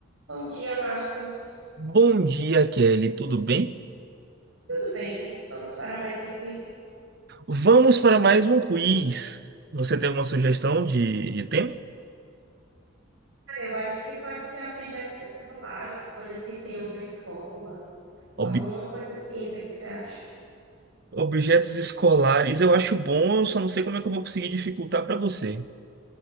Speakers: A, on the right; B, on the right.
A: Bom dia, Marcos.
B: Bom dia, Kelly. Tudo bem?
A: Tudo bem? Vamos para mais um quiz?
B: Vamos para mais um quiz. Você tem alguma sugestão de, de tema?
A: Ah, Eu acho que pode ser objetos escolares, coisas que tenham na escola,
B: Ob-
A: alguma coisa assim. O que é que você acha?
B: objetos escolares. Eu acho bom, eu só não sei como é que eu vou conseguir dificultar para você.